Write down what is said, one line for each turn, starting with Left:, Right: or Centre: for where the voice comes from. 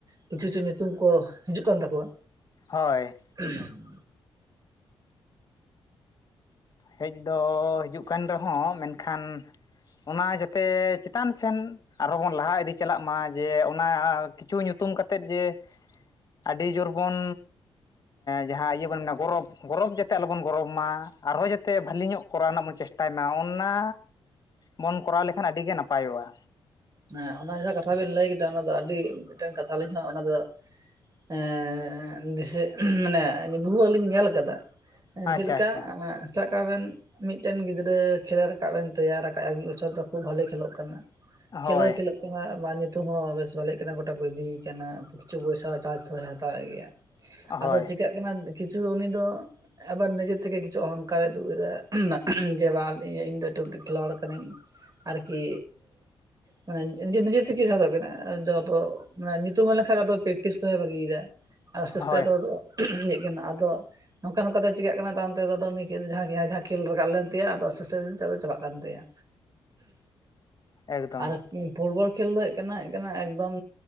Right: ᱠᱤᱪᱷᱩ ᱠᱤᱪᱷᱩ ᱧᱩᱛᱩᱢ ᱠᱚ ᱦᱤᱡᱩᱜ ᱠᱟᱱ ᱛᱟᱠᱚᱣᱟ
Left: ᱦᱳᱭ
Right: <unintelligible>
Left: ᱦᱮᱡ ᱫᱚ ᱦᱤᱡᱩᱜ ᱠᱟᱱ ᱨᱮ ᱦᱚᱸ ᱢᱮᱱ ᱠᱷᱟᱱ ᱚᱱᱟ ᱡᱟᱛᱮ ᱪᱮᱛᱟᱱ ᱥᱮᱱ ᱟᱨ ᱦᱚᱸ ᱵᱚᱱ ᱞᱟᱦᱟ ᱤᱫᱤ ᱪᱟᱞᱟᱜ ᱢᱟ ᱡᱮ ᱚᱱᱟ ᱠᱤᱪᱷᱩ ᱧᱩᱛᱩᱢ ᱠᱟᱛᱮᱫ ᱡᱮ ᱟᱹᱰᱤ ᱡᱳᱨ ᱵᱚᱱ ᱡᱟᱦᱟᱸ ᱤᱭᱟᱹ ᱵᱚᱱ ᱢᱮᱱᱟ ᱜᱚᱨᱚᱵᱽ ᱜᱚᱨᱚᱵᱽ ᱡᱟᱛᱮ ᱟᱞᱚᱵᱚᱱ ᱜᱚᱨᱚᱵᱽ ᱢᱟ ᱟᱨᱦᱚᱸ ᱡᱟᱛᱮ ᱛᱮ ᱵᱷᱟᱹᱞᱤ ᱧᱚᱜ ᱠᱚᱨᱟᱣ ᱨᱮᱱᱟᱜ ᱵᱚᱱ ᱪᱮᱥᱴᱟᱭ ᱢᱟ ᱚᱱᱟ ᱵᱚᱱ ᱠᱚᱨᱟᱣ ᱞᱮᱠᱷᱟᱱ ᱟᱹᱰᱤ ᱜᱮ ᱱᱟᱯᱟᱭ ᱠᱚᱜᱼᱟ
Right: ᱦᱮᱸ ᱚᱱᱟ ᱡᱟᱦᱟᱸ ᱠᱟᱛᱷᱟ ᱵᱮᱱ ᱞᱟᱹᱭ ᱠᱮᱫᱟ ᱚᱱᱟ ᱫᱚ ᱟᱹᱰᱤ ᱢᱤᱫ ᱴᱮᱱ ᱠᱟᱛᱷᱟ ᱟᱹᱞᱤᱧ ᱦᱚᱸ ᱚᱱᱟ ᱫᱚ ᱮᱸ ᱫᱤᱥᱟᱹ ᱢᱟᱱᱮ <unintelligible> ᱧᱮᱞ ᱟᱠᱟᱫᱟ
Left: ᱟᱪᱪᱷᱟ
Right: ᱪᱮᱫ ᱞᱮᱠᱟ
Left: ᱟᱪᱪᱷᱟ
Right: ᱥᱟᱵ ᱠᱟᱜ ᱵᱮᱱ ᱢᱤᱫ ᱴᱮᱱ ᱜᱤᱫᱽᱨᱟᱹ ᱠᱷᱮᱞ ᱨᱟᱠᱟᱵ ᱮᱱ ᱛᱟᱭᱟ <unintelligible> ᱢᱤᱫ ᱵᱚᱪᱷᱚᱨ ᱫᱚ ᱠᱷᱩᱵ ᱵᱷᱟᱞᱮ ᱠᱷᱮᱞᱳᱜ ᱠᱟᱱᱟ <unintelligible> <unintelligible>
Left: ᱦᱳᱭ
Right: ᱧᱩᱛᱩᱢ ᱦᱚᱸ ᱵᱮᱥ ᱵᱷᱟᱞᱮᱜ ᱠᱟᱱᱟ ᱜᱚᱴᱟ ᱠᱚ ᱤᱫᱤᱭᱮ ᱠᱟᱱᱟ ᱠᱤᱪᱷᱩ ᱯᱚᱭᱥᱟ ᱪᱟᱨᱪ ᱦᱚᱸᱭ ᱦᱟᱛᱟᱣ ᱮᱫ ᱜᱮᱭᱟ
Left: ᱦᱳᱭ
Right: ᱟᱫᱚ ᱪᱤᱠᱟᱹᱜ ᱠᱟᱱᱟ ᱠᱤᱪᱷᱩ ᱩᱱᱤ ᱫᱚ ᱮᱵᱟᱨ ᱱᱤᱡᱮ ᱛᱮ ᱜᱮ ᱠᱤᱪᱷᱩ ᱚᱦᱚᱝ ᱠᱟᱨᱼᱮ ᱩᱫᱩᱜ ᱮᱫᱟ ᱡᱮ ᱵᱟᱝ ᱤᱧ ᱫᱚ ᱢᱤᱫ ᱴᱟᱝ ᱠᱷᱮᱞᱣᱟᱲ ᱠᱟᱹᱱᱤᱧ ᱟᱨᱠᱤ ᱢᱟᱱᱮ ᱱᱤᱡᱮ ᱱᱤᱡᱮ ᱛᱮ ᱜᱮ ᱡᱟᱸᱦᱟ ᱫᱚ ᱟᱵᱮᱱᱟᱜ ᱟᱫᱚ ᱢᱮ ᱱᱮ ᱧᱩᱛᱩᱢ ᱦᱩᱭ ᱞᱮᱱ ᱠᱷᱟᱱ ᱟᱫᱚ ᱯᱮᱠᱴᱤᱥ ᱫᱚᱭ ᱵᱷᱟᱹᱜᱤ ᱮᱫᱟ ᱟᱥᱛᱮ ᱟᱥᱛᱮ
Left: ᱦᱳᱭ
Right: ᱫᱚ ᱤᱭᱟᱹ ᱠᱟᱱᱟ ᱟᱫᱚ ᱱᱚᱝᱠᱟ ᱱᱚᱝᱠᱟ ᱛᱮ ᱪᱤᱠᱟᱹᱜ ᱠᱟᱱᱟ ᱟᱫᱚ ᱦᱟᱱᱛᱮ ᱫᱚ ᱱᱤᱱᱠᱟᱹᱱ ᱡᱟᱦᱟᱸ ᱠᱷᱮᱞ ᱨᱟᱠᱟᱵ ᱞᱮᱱ ᱛᱟᱭᱟ ᱟᱫᱚ ᱟᱥᱛᱮ ᱟᱥᱛᱮ ᱫᱚ ᱪᱟᱵᱟᱜ ᱠᱟᱱ ᱛᱟᱭᱟᱼᱼ
Left: ᱮᱠᱫᱚᱢ
Right: <unintelligible> ᱯᱷᱩᱴᱵᱚᱞ ᱠᱷᱮᱞ ᱫᱚ ᱦᱩᱭᱩᱜ ᱠᱟᱱᱟ ᱦᱩᱭᱩᱜ ᱠᱟᱱᱟ ᱮᱠᱫᱚᱢ